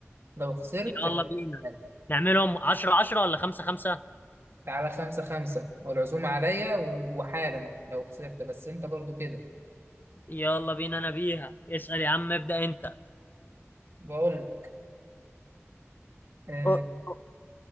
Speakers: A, on the right; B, on the left.
A: لو خسرت
B: يلا
A: لا
B: بينا
A: تتحايل.
B: نعملهم 10 10 ولا 5 5
A: تعالى خمسة خمسة والعزومة عليا و- وحالا لو خسرت بس انت برضو كده
B: يلا بينا انا بيها اسأل يا عم ابدأ انت
A: بقول لك أه
B: أه، أه،